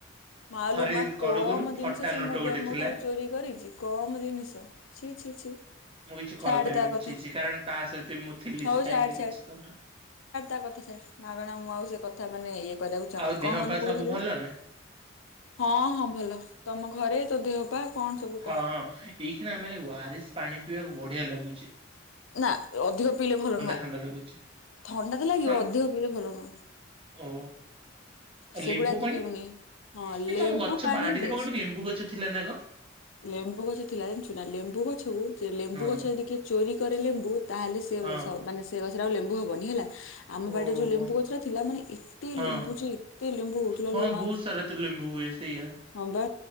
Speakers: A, on the left; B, on the right.
A: ମାଲୋ
B: ଥରେ
A: ମା
B: କରୁ
A: କମ
B: କରୁ ଫଟା
A: ଜିନିଷ ସେ
B: ନୋଟ
A: ମୋ
B: ଗୋଟେ
A: ବ୍ୟାଗ୍ ମୋ
B: ଥିଲା।
A: ଠାରୁ ଚୋରି କରିଛି କମ ଜିନିଷ ଛି ଛି ଛି
B: ମୁଁ କିଛି କହିପାରିବିନି
A: ଛାଡେ ତା କଥା
B: ଛି ଛି କାରଣ ତା ସହିତ ମୁଁ ଥିଲି
A: ହଉ
B: ସେ ଟାଇମ୍
A: ଛାଡ
B: ରେ
A: ଛାଡ।
B: କିଛି ମାନେ
A: <unintelligible> ମାଗଣା ମୁଁ ଆଉ ସେ କଥା ମାନେ ଇଏ କରିବାକୁ ଚାହୁଁନି
B: ଆଉ ଦେହ
A: କଣ ନନି
B: ପା
A: କହୁଥିଲୁ
B: ସବୁ ଭଲ ନା?
A: ହଁ ହଁ ଭଲ ତମ ଘରେ ତୋ ଦେହ ପା କଣ ସବୁ
B: ହଁ
A: କହ
B: ଏଇ ଖିଣା ମାନେ ଓ ଆରେସ୍ ପାଣି ପିଇିବାକୁ ବଢିଆ ଲାଗୁଛି ।
A: ନା ଅଧିକ ପିଇଲେ ଭଲ ନୁହଁ
B: ଥଣ୍ଡା ଲାଗୁଛି
A: ଥଣ୍ଡା ତ ଲାଗିବ
B: ଥ
A: ଅଧିକ ପିଇଲେ ଭଲ ନୁହଁ
B: ଓ
A: ସେଗୁଡା
B: ଲେମ୍ବୁ
A: ଏତେ
B: ପାଣି
A: ପିଇଉନି ହଁ
B: ଏ
A: ଲେମ୍ବୁ
B: ତମ ଗଛ
A: ପାଣି
B: ବାଡିରେ
A: ବେଷ୍ଟ୍
B: ବା ଗୋଟେ ଲେମ୍ବୁ ଗଛ ଥିଲା ନା କଣ?
A: ଲେମ୍ବୁ ଗଛ ଥିଲା ଜାଣିଛୁ ନା ଲେମ୍ବୁ ଗଛ କୁ ଲେମ୍ବୁ
B: ହଁ
A: ଗଛ ଯଦି କିଏ ଚୋରି କରିଲା ବହୁତ ତାହେଲେ ସେ
B: ହଁ
A: <inaudible> ମାନେ ସେ ଏଥର ଆଉ ଲେମ୍ବୁ ହବନି ହେଲା। ଆମ
B: ଓହୋ
A: ବାଡ଼ିରେ ଯୋଉ ଲେମ୍ବୁ ଗଛଟା ଥିଲା ମାନେ ଏତେ
B: ହଁ
A: ଲେମ୍ବୁ ଯେ ଏତେ ଲେମ୍ବୁ ହୋଉଥିଲା
B: ହଁ
A: ଲୋ ମା।
B: ବହୁତ ସାରା ତ ଲେମ୍ବୁ ହୁଏ ସେଇଆ।
A: ହଁ ବା।